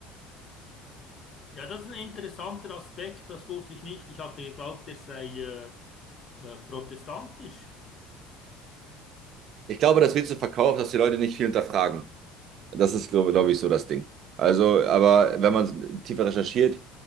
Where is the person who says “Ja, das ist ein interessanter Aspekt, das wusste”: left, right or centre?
Left